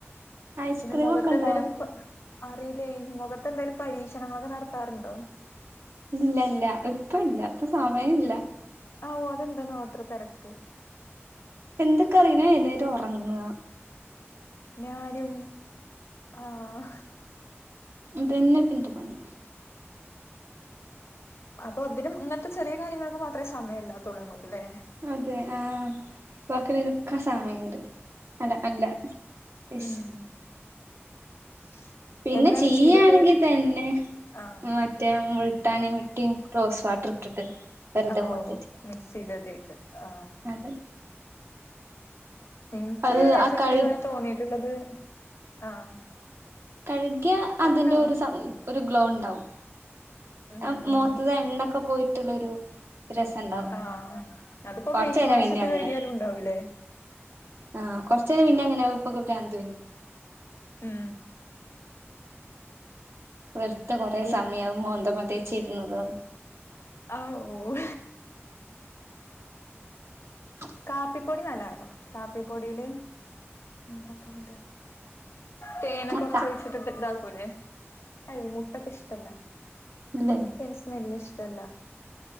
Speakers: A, on the right (about 65°); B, on the left (about 70°).
A: ഐസ്ക്രീം
B: പിന്നെ മുഖത്തെന്തേലും
A: ഒക്കെ ഉണ്ടാവോ
B: അറിയില്ലേ മുഖത്തെന്തേങ്കിലും പരീക്ഷണങ്ങളൊക്കെ നടത്താറുണ്ടോ
A: ഇല്ല ഇല്ല ഇപ്പല്ല ഇപ്പൊ സമയല്ല്യ
B: അവോ അതെന്താണാവോ ഇത്ര തെരക്ക്
A: എന്തക്കറീല്ല ഞാ എന്നെറ്റ് ഒറങ്ങ
B: ഞാനും ആഹ്
A: ഇതന്നെപ്പൻ്റെ പണി
B: അപ്പൊ ഇതിലും ഇങ്ങൻത്ത ചെറിയ കാര്യങ്ങൾക്ക് മാത്രമേ സമയംമല്ലാത്തുള്ളൂ അമ്മക്ക്‌ല്ലേ
A: അതെ ആഹ് ബാക്കിള്ളീനോക്കെ സമയണ്ട് അല്ല അല്ല യ്ശ്
B: ഉം <inaudible>
A: പിന്നെ ചിയ്യയാണെങ്കിൽ
B: ചെയ്തിട്ട്
A: തന്നെ
B: ആഹ്
A: മ മറ്റ മുൾട്ടാന മുൾട്ടിം റോസ് വാട്ടർ ഇട്ടിട്ട് വെറുതെ
B: ഓ
A: മോത്തേച്ച്
B: മിക്സ് ചെയ്ത തേക്ക ആ
A: അതെ
B: എനിക്ക്
A: അത്
B: എഫക്റ്റീവ്
A: ആ കഴു
B: ആയി തോന്നിട്ടുള്ളത് ആഹ്
A: കഴുകിയ
B: പറഞ്ഞോ
A: അതിന്റെ ഒരു ഒരു ഗ്ലോ ഉണ്ടാവും
B: ഉം
A: അ
B: ഉം
A: മൂഖത്ത് തേഎണ്ണ ഒക്കെ പോയിട്ടുള്ളരു രസണ്ടാവും
B: ആഹ് അതിപ്പോ
A: കൊറച്ചയ്ന്ന
B: ഫേസ് വാഷ്
A: പിന്ന
B: ഇട്ട്
A: അങ്ങനെ
B: കഴുകിയാലും ഉണ്ടാവൂലേ
A: ആ കൊറച്ച യ്ന്നാ പിന്നെ ഇങ്ങനെ ഉപ്പൊക്കൂട്ടിങ്ങത് വരും
B: ഉം
A: വെറുത്തെ കൊറെ
B: എനി
A: സമയവും മോന്ത മെ തിേച്ചിരുന്നുന്നത്
B: അ ഓ ഓ
A: ആ <unintelligible> <inaudible>
B: കാപ്പിപ്പൊടി നല്ലതാൺട്ടോ കാപ്പിപ്പൊടില് എന്താപ്പൊ ടാ തേന്
A: മുട്ട
B: കൊർച്ചൊയ്ച്ച്ട്ട് ത് ഇതാക്കൂല്ലേ അത് മുട്ട ക്ക് ഇഷ്ടല്ല
A: ഇല്ലെ
B: ൻക്കയ് സ്മെല്ലിഷ്ടല്ല